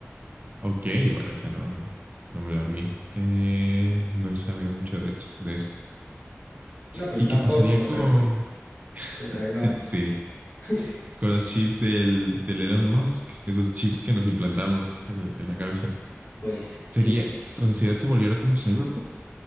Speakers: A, on the right; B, on the left.
A: Ok, bueno, esa no, no me la vi. Eh, no he sabido mucho de, de eso.
B: No, pues
A: ¿Y
B: yo tampoco,
A: qué pasaría con...
B: pero, pero ahí
A: <laughs>
B: vamos.
A: Sí.
B: <laughs>
A: con los chips del, del Elon Musk, esos chips que nos implantamos en, en la cabeza.
B: Pues
A: Sería,
B: que
A: nuestra sociedad se volviera como Cyberpunk.